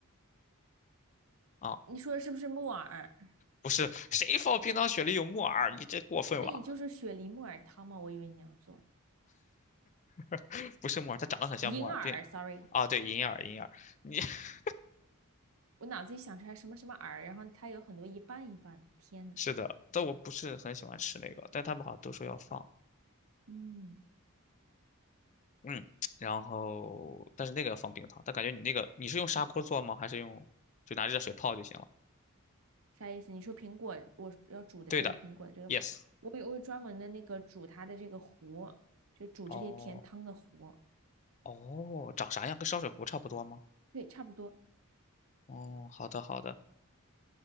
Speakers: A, on the left (about 35°); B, on the right (about 65°).
A: 啊。
B: 你说的是不是木耳？
A: 不是谁放冰糖雪梨有木耳？你这过分了，
B: 那你就是雪梨木耳汤吗？我以为你要做
A: <laughs> 不是木耳，它长得很像木耳病。
B: 银耳，sorry，
A: 啊，对，银耳，银耳，你 <laughs>
B: 我脑子里想出来什么什么耳，然后它有很多一半一半的。天呐，
A: 是的，但我不是很喜欢吃那个，但他们好像都说要放，
B: 嗯，
A: 嗯，然后但是那个要放冰糖，但感觉你那个你是用砂锅做吗？还是用就拿热水泡就行了？
B: 啥意思？你说苹果，我要煮的这个苹果的这个嘛，
A: 对的，yes。
B: 我有我有专门的那个煮它的这个壶，就煮这些甜汤的壶。
A: 哦哦，长啥样？跟烧水壶差不多吗？
B: 对，差不多。
A: 哦，好的好的